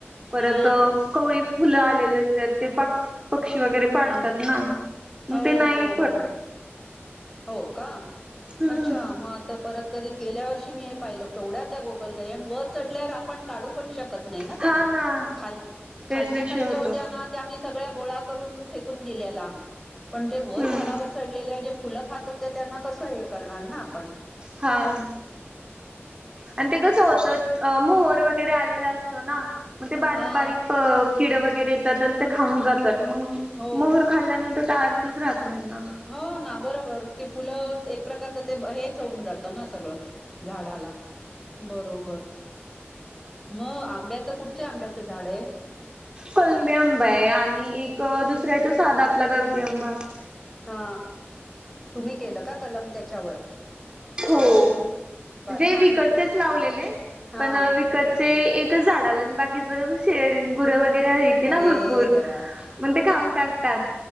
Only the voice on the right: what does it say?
परंत
कवळी फुलं आलेले असतं ते पाक पक्षी वगैरें पाडतांत
नां मगं
ते नाहीं.
हम्म
हा
ना
तेच
विषय
होतो.
हम्म
हां आणि ते कसं होतं. अं मोहर वगैरें आलेला असतो नां मगं ते बारीक
बारीक किडे वगैरें येतांत आणि ते खाऊंन जातांत मंग
मोहर खाल्ल्यानंतर कायं अर्थच राहतं नाहीं नां
कलमी आंबा आहे आणि एक दुसरांया आहे तो सांधा आपला गावठी आंबा
हो म्हणजे
विकतचेच लावलेले
पण वि ''--'' कचे एकच झाडाला न बाकीच सगळं ब ''--'' चे गुर वगैरे येते
ना भरपूर
मण ते खाऊन टाकतात.